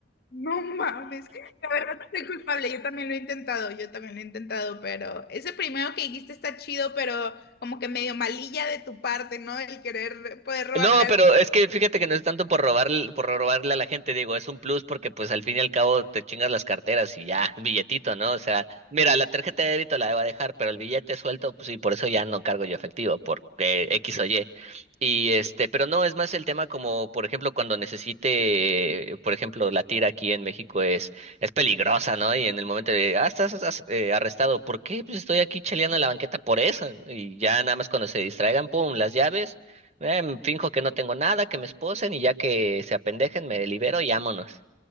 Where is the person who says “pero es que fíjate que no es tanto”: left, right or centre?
Right